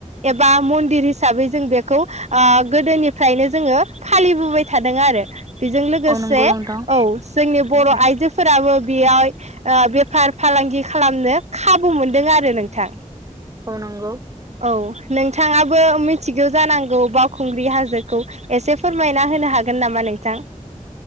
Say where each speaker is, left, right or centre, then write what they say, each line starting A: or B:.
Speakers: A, on the right; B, on the right.
A: एबा मन्दिर हिसाबै जों बेखौ आ गोदोनिफ्रायनो जोङो फालिबोबाय थादों आरो बेजों लोगोसे
B: औ नंगौ
A: औ
B: नोंथां
A: जोंनि
B: औ
A: बर' आइजोफोराबो बेयाव बेफार फालांगि खालामनो खाबु मोनदों आरो नोंथां
B: ओ नोंगौ
A: औ नोंथाङाबो मिथिगौ जानांगौ बावखुंग्रि हाजोखौ एसे फोरमायना होनो हागोन नामा नोंथां